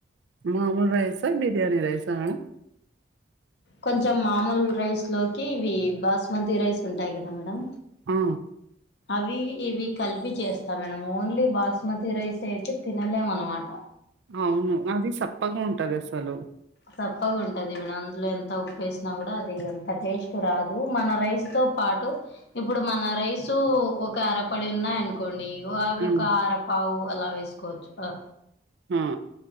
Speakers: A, on the right (about 70°); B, on the left (about 60°).
A: మామూలు రైస, బిర్యాణి రైసా
B: కొంచం మామూలు రైస్ లోకి ఇవి బాస్మతి రైస్ ఉంటాయి కదా మేడం.
A: ఆ
B: వి ఇవి కలిపి చేస్తాం మేడం ఓన్లీ బాస్మతి రైస్ అయితే తినలేము అనమాట.
A: అవును అది చప్పగా ఉంటది అసలు
B: చప్పగా ఉంటది ఈడ అందులో ఎంత ఉప్పు వేసినా కూడా అది ఎంత టేస్ట్ రాదు మన రైస్ తో పా అటు ఇప్పుడు మన రైసు ఒక అరపడి ఉన్నాయి అనుకోండి. వాళ్ళు
A: ఉమ్,
B: ఒక ఆరపావు అలా వేసుకోవచ్చు ఆ
A: హ